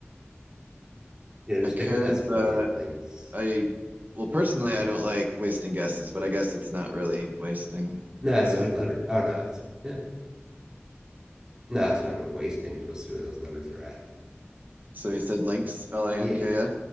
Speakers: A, on the right (about 20°); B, on the right (about 45°).
A: You know, just
B: I could,
A: take the S for
B: but
A: the end. Links.
B: I, well, personally, I don't like wasting guesses, but I guess it's not really wasting,
A: No,
B: is
A: it's
B: it?
A: new letter. Oh no, it's yeah. No, it's not really wasting because you'll see where those letters are at.
B: So you said links, L-I-N-K-S.
A: Yeah.